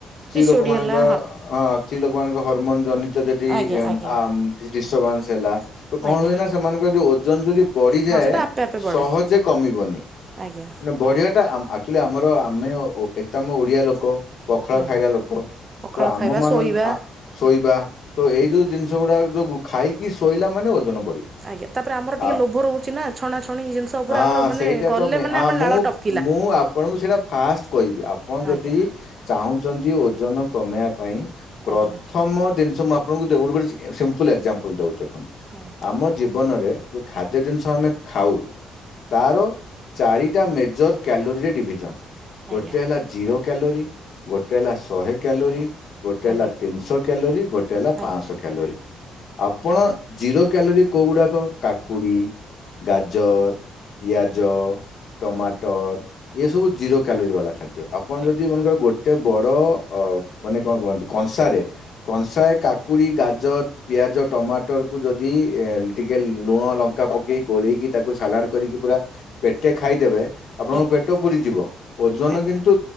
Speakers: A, on the left; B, on the right.
A: ସ୍ତ୍ରୀ
B: ପିସିଓଡି
A: ଲୋକ ମାନଙ୍କର
B: ହେଲା
A: ହଁ ତ୍ରି ଲୋକମାନଙ୍କ ହରମୋନ୍ ଜନିତ ଦେଦି
B: ଆଜ୍ଞା
A: ଏମ୍
B: ଆଜ୍ଞା
A: ଆମ୍ କିଛି ଡିଷ୍ଟ୍ରବାନ୍ସ ହେଲା। ତ କଣ
B: ଆଜ୍ଞା
A: ହୁଏ ନା ସେମାନଙ୍କ ଓଜନ୍ ଯଦି ବଢିଯାଏ
B: ହଁ ସେଟା ଆପେ ଆପେ ବଢେ
A: ସହଜେ କମିବନି।
B: ଆଜ୍ଞା
A: ନା ବଢିଆ ଟା ଆମ୍ ଆକ୍ଚୁଲି ଆମର ଆମେ ଓ ଓ ଏକ୍ ତ ଆମ ଓଡିଆ ଲୋକ। ପଖାଳ
B: ହୁଁ।
A: ଖାଇଲା ଲୋକ
B: ପଖାଳ
A: ତ ଆମ
B: ଖାଇବା
A: ମାନଙ୍କ
B: ଶୋଇବା
A: ଆ ଶୋଇବା ତୋ ଏଇ
B: ଆଜ୍ଞା।
A: ଯୋଉ ଜିନିଷ ଜିନ୍ସ ଗୁଡାକ ଯୋଗୁ ଖାଇକି ଶୋଇଲା ମାନେ ଓଜନ ବଢିବ।
B: ଆଜ୍ଞା ତାପରେ ଆମର ଟିକେ
A: ଆ
B: ଲୋଭ ରୋହୁଛି ନା ଛଣା ଛଣି ଜିନ୍ଷ ଉପରେ
A: ହଁ
B: ଆମର ମାନେ
A: ସେଇଟା
B: ଗଲେ
A: ତ ମେ-
B: ମାନେ
A: ହଁ
B: ଆମ
A: ମୁଁ
B: ଲାଳ ଟପ୍
A: ମୁଁ ଆପଣଙ୍କୁ ସେଇଟା ଫାଷ୍ଟ କଇବି ଆପଣ ଯଦି
B: ଆଜ୍ଞା
A: ଚାହୁଁଚନ୍ତି ଓଜନ କମେଇଆ ପାଇଁ ପ୍ରଥମ
B: ଆଜ୍ଞା
A: ଦିନ୍ଷ ମୁଁ ଆ ଆପଣଙ୍କୁ ଦେଖନ୍ତୁ ଗୋଟେ ଗୋଟେ ସିମ୍ ଏ ସିମ୍ପୁଲ୍ ଏକ୍ସଜାମ୍ପୁଲ୍ ଦୋଉଚି ଦେଖନ୍ତୁ?
B: ହାଁ।
A: ଆମ ଜୀବନରେ। ଯୋଉ ଖାଦ୍ୟ ଜିନିଷ ଆମେ ଖାଉ ତାର ଚାରିଟା ମେଜର କ୍ୟାଲୋରିରେ ଡିଭିଜନ। ଗୋଟେ
B: ଆଜ୍ଞା
A: ହେଲା ଜିରୋ କ୍ୟାଲୋରି ଗୋଟେ ହେଲା ଶହେ କ୍ୟାଲୋରି ଗୋଟେ ହେଲା
B: ଆଜ୍ଞା
A: ତିନିଶହ କ୍ୟାଲୋରିଗୋଟେ ହେଲା
B: ଆଜ୍ଞା
A: ପାଞ୍ଚଶହ
B: ହୁଁ।
A: କ୍ୟାଲୋରୀ। ଆପଣ ଜିରୋ କ୍ୟାଲୋରୀ କୋଉ ଗୁଡାକ କାକୁଡି ଗାଜର ପିଆଜ ଟମାଟର ଏସବୁ ଜିରୋ କ୍ୟାଲୋରି ବାଲା ଖାଦ୍ୟ। ଆପଣ
B: ଆଜ୍ଞା
A: ଯଦି
B: ହୁଁ
A: ମନେ କର ଗୋଟେ ବଡ ଅ ମାନେ କଣ କୁହନ୍ତି କଂସାରେ କଂସାଏ କାକୁଡି ଗାଜର ପିଆଜ ଟମାଟର କୁ ଯଦି ଏ ଟିକେ ଲୁଣ ଲଙ୍କା ପକେଇି ଗୋଳେଇକି ତାକୁ ସାଲାଡ କରିକି ପୁରା ପେଟେ ଖାଇଦେବେ ଆପଣଙ୍କ
B: ଆଜ୍ଞା
A: ପେଟ ପୁରି ଯିବ ଓଜନ
B: ଆଜ୍ଞା
A: କିନ୍ତୁ